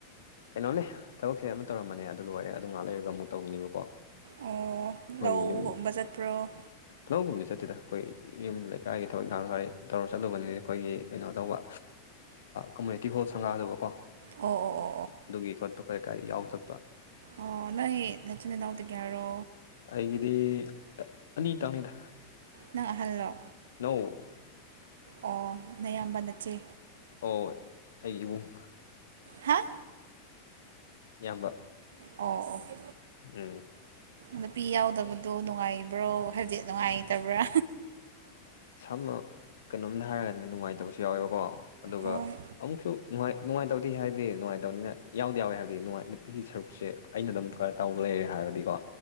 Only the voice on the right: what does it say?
ꯑꯣ
ꯂꯧꯒꯨꯝꯕ
ꯆꯠꯄ꯭ꯔꯣ
ꯑꯣ ꯑꯣ ꯑꯣ
ꯑꯣ ꯅꯣꯏ ꯅꯆꯅꯦꯅꯥꯎꯗꯨꯒꯦꯔꯣ
ꯅꯪ ꯑꯍꯜꯂꯣ
ꯑꯣ ꯅꯌꯥꯝꯕ ꯅꯠꯆꯦ
ꯍꯥꯥ
ꯑꯣ ꯑꯣꯀꯦ
ꯅꯨꯄꯤ ꯌꯥꯎꯗꯕꯗꯣ ꯅꯨꯡꯉꯥꯏꯕ꯭ꯔꯣ ꯍꯥꯏꯗꯤ ꯅꯨꯡꯉꯥꯏꯇꯕ꯭ꯔꯥ
ꯍꯣꯏ